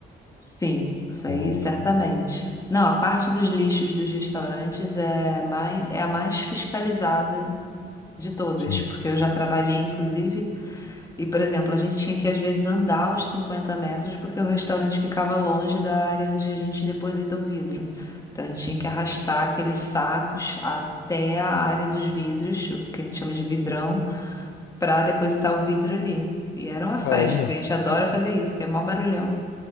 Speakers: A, on the left; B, on the left.
A: sim, isso
B: Então,
A: aí certamente. Não, a parte dos lixos dos restaurantes é mais, é a mais fiscalizada de todas,
B: sim.
A: porque eu já trabalhei, inclusive, e, por exemplo, a gente tinha que às vezes andar os 50 metros porque o restaurante ficava longe da área onde a gente deposita o vidro. Então a gente tinha que arrastar aqueles sacos até a área dos vidros, o que a gente chama de vidrão. pra depositar o vidro ali. E era uma festa,
B: Caramba.
A: que a gente adora fazer isso, que é mó barulhão.